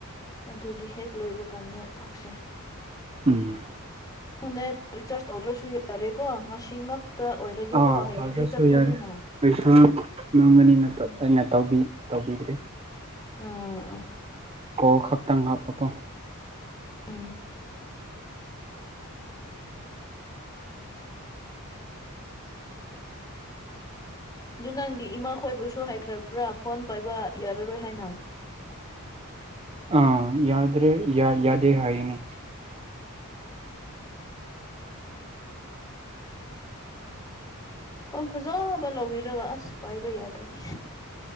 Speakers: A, on the left (about 15°); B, on the right (about 25°).
A: ꯑꯗꯨꯗꯤ ꯍꯦꯛ ꯂꯣꯏꯕ ꯀꯥꯟꯗ ꯊꯣꯛꯛꯁꯦ
B: ꯎꯝ
A: ꯅ ꯅꯦꯠ ꯔꯤꯆꯥꯔꯖ ꯇꯧꯗ꯭ꯔꯁꯨ ꯌꯥꯏ ꯌꯥꯔꯦꯀꯣ ꯉꯁꯤ ꯉꯛꯇ ꯑꯣꯏꯔꯗꯤꯀꯣ
B: ꯑꯥ
A: ꯍꯌꯦꯡꯗꯤ
B: ꯇꯧꯗ꯭ꯔꯁꯨ
A: ꯆꯠꯈ꯭ꯔꯅꯤꯅ
B: ꯌꯥꯔꯦ ꯄꯩꯁꯥ ꯃꯥꯡꯒꯅꯤꯅ
A: ꯎꯝ
B: ꯑꯩꯅ ꯇꯧꯕꯤꯗ꯭ꯔꯔꯤ
A: ꯑꯥ
B: ꯀꯣ ꯈꯛꯇꯪ ꯍꯥꯞꯄꯀꯣ
A: ꯎꯝ ꯑꯗꯨ ꯅꯪꯒꯤ ꯏꯃꯥ ꯈꯣꯏꯕꯨꯁꯨ ꯍꯥꯏꯈ꯭ꯔꯕ꯭ꯔꯥ ꯐꯣꯟ ꯄꯥꯏꯕ ꯌꯥꯔꯔꯣꯏ ꯍꯥꯏꯅ ꯍ
B: ꯑꯥ ꯌꯥꯗ꯭ꯔꯦ ꯌꯥ ꯌꯥꯗꯦ ꯍꯥꯏꯅꯤ
A: <unintelligible> ꯐꯣꯟ ꯐꯖꯕ ꯂꯧꯕꯤꯔꯒ ꯑꯁ ꯄꯥꯏꯕ ꯌꯥꯗ꯭ꯔꯗꯤ